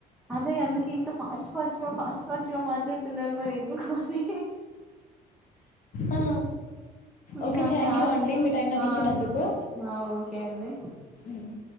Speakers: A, in the centre; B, on the left.
A: అదే అందుకింత ఫాస్ట్ ఫస్ట్గా ఫాస్ట్ ఫస్ట్గా మాట్లాడుత తున్నారు మరి ఎందుకు అని
B: ఆ ఓకే
A: ఇళ అంటే
B: థ్యాంక్ యూ అండి మీ టైం నాకు
A: ఆ
B: ఇచ్చినందుకు
A: ఓకే అండి
B: మ్మ్